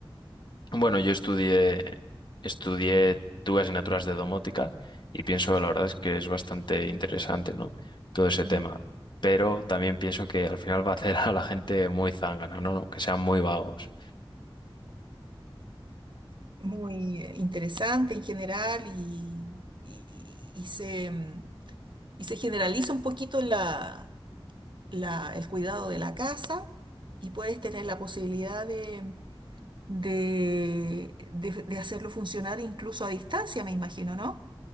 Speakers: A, on the left (about 55°); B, on the right (about 55°).
A: bueno, yo estudié estudié tuve asignaturas de domótica y pienso, la verdad es que es bastante interesante, ¿no? Todo ese
B: Mm.
A: tema. Pero también pienso que al final va a hacer a la gente muy zángana, ¿no? No, Que sean muy vagos.
B: Muy eh, interesante en general y, y, y se... mm, Y se generaliza un poquito la, la- el cuidado de la casa y puedes tener la posibilidad de, de, de- de hacerlo funcionar incluso a distancia, me imagino, ¿no?